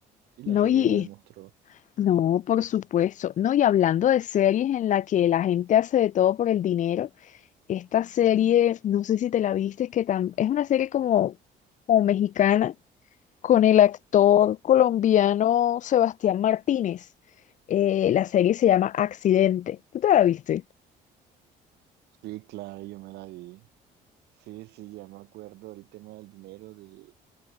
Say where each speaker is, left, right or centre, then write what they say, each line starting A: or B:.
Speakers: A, on the right; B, on the left.
A: Y la
B: No,
A: serie
B: y
A: lo demostró.
B: no, por supuesto. No, y hablando de series en la que la gente hace de todo por el dinero, esta serie, no sé si te la viste, es que tam- es una serie como, como mexicana con el actor colombiano Sebastián Martínez. Eh, la serie se llama Accidente. ¿Tú te la viste?
A: Sí, claro, yo me la vi. Sí, sí, ya me acuerdo del tema del dinero, del-